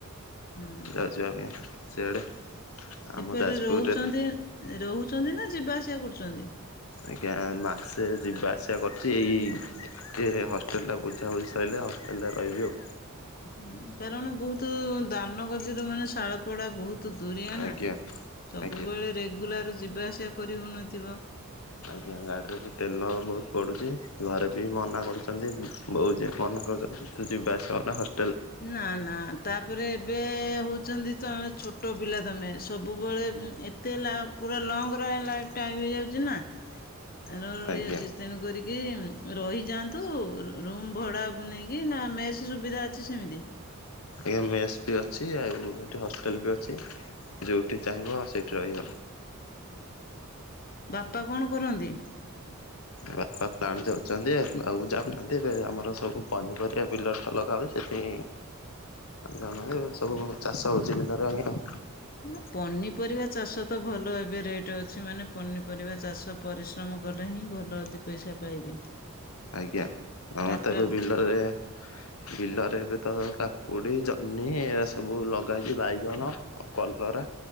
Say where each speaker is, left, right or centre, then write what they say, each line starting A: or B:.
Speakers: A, on the left; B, on the left.
A: ହଁ
B: ଯାଉଚୁ ଆମେ ସିଆଡ଼େ ଆମ
A: ଏପଟେ
B: ଯାଜପୁରରେ
A: ରହୁଛନ୍ତି ରହୁଛନ୍ତି ନା ଯିବା ଆସିବା କରୁଛନ୍ତି?
B: ଆଜ୍ଞା ମାସେ ଯିବା ଆସିବା କରୁଛି ଏଇ ଟିଏ ହଷ୍ଟେଲଟା ବୁଝାବୁଝି ସରିଲେ ହଷ୍ଟେଲଟା ରହିବି ଆଉ।
A: ହୁଁ କାରଣ ବହୁତ ଦାନ ଗଦରୁ ମାନେ ଶାଳପଡା ବହୁତ ତୁ ଦୁରିଆ ନା
B: ଆଜ୍ଞା
A: ସବୁବେଳେ
B: ଆଜ୍ଞା।
A: ରେଗୁଲାର ଯିବା ଆସିବା କରି ହଉନଥିବ।
B: ଆଜ୍ଞା ଗାଡିରେ ବି ତେଲ ବହୁତ ପଡୁଛି ଘରେ ବି ମନା କରୁଛି। ବୋଉ ଯିଏ ମନା କରୁଛନ୍ତି ତୁ ଯିବା କରେନା ତୁ ହଷ୍ଟେଲ ରେ ରହ
A: ନା ନା ତା ତାପରେ ଏବେ ହେଉଛନ୍ତି ତମେ ଛୋଟ ପିଲା ତମେ ସବୁବେଳେ ଉ ଏତେ ଲାଲ ଅଟେ ଲଙ୍ଗ ରେ ଆଣିଲା ହେରୁ ଟାଇମ୍ ହେଇ ଯାଉଚି ନା ଏଣୁ <unintelligible>
B: ଆଜ୍ଞା
A: କର କି ରହିଯାଆନ୍ତୁ ରୁମ୍ ଭଡ଼ା ନେଇକି ନା ମେସ୍ ସୁବିଧା ଛ ସେମିତି
B: ଆ ମେସ ବି ଅଛି ଆଉ ସେଠି ହଷ୍ଟେଲ ବି ଅଛି। ଯେଉଁଠି ଚାହିଁବ ସେଇଠି ରହିବ।
A: ଓହୋ ବାପା କଣ କରନ୍ତି?
B: ବାପା ପ୍ଲାଣ୍ଟ ଯାଉଛନ୍ତି ଆଉ ଯାଉନାହାନ୍ତି ଏବେ ଆମର ସବୁ ପନିପରିବା ପିଲର ତ ଲଗାଉଛି ଏଥି ଜ ସବୁ ଚାଷ ହେଉଛି ବିଲରେ ଆଜ୍ଞା।
A: ନା ପନିପରିବା ଚାଷ ତ ଭଲ ଏବେ ରେଟ୍ ଅଛି ମାନେ ପନିପରିବା ଚାଷ ପରିଶ୍ରମ କ କଲେ ହିଁ ଭଲ ଦି ପଇସା ପାଇବେ।
B: ଆଜ୍ଞା ହଁ
A: ଟାଟାର
B: ତ ଏବେ ବିଲରେ ବିଲରେ ଏବେ ତ କାକୁଡି ଜହ୍ନି ଏରା ସବୁ ଲଗେଇଛି ବାଇଗଣ, କଲରା